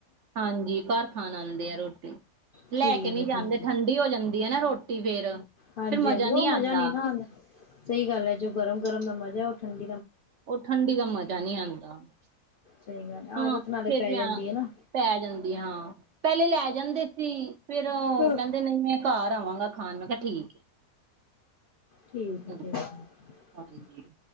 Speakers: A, on the right; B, on the left.
A: ਹਾਂਜੀ ਘਰ ਖਾਣ ਆਉਂਦੇ ਆ ਰੋਟੀ
B: ਠੀਕ
A: ਲੈ ਕੇ ਨੀ
B: ਹੈ
A: ਜਾਂਦੇ
B: ਠੀਕ ਹੈ
A: ਠੰਡੀ ਹੋ ਜਾਂਦੀ ਹੈ ਨਾ ਰੋਟੀ ਫੇਰ
B: ਹਾਂਜੀ
A: ਮਜ਼ਾ
B: ਹਾਂਜੀ
A: ਨਹੀਂ
B: ਉਹ
A: ਆਉਂਦਾ
B: ਮਜ਼ਾ ਨਾ ਸਹੀ ਗੱਲ ਹੈ ਜੋ ਗਰਮ ਗਰਮ ਦਾ ਮਜ਼ਾ ਐ ਉਹ ਠੰਡ
A: ਉਹ ਠੰਡੀ ਦਾ ਮਜ਼ਾ ਨਹੀਂ ਆਉਂਦਾ
B: ਸਹੀ ਗੱਲ
A: ਹਾਂ
B: ਆਦਤ ਨਾਲੇ
A: ਫੇਰ
B: ਪੈ
A: ਵਿਆਹ
B: ਜਾਂਦੀ ਹੈ ਨਾ
A: ਪੈ ਜਾਂਦੀ ਹਾਂ ਪਹਿਲੇ ਲੈ ਜਾਂਦੇ ਫੇਰ
B: ਠੀਕ
A: ਕਹਿੰਦੇ ਨਹੀਂ ਮੈਂ ਘਰ ਆਵਾਂਗਾ ਖਾਣ ਮੈਂ ਕਿਹਾ ਠੀਕ ਹੈ
B: ਠੀਕ ਹੈ
A: ਹੂੰ,
B: ਠੀਕ ਹੈ
A: ਹਾਂਜੀ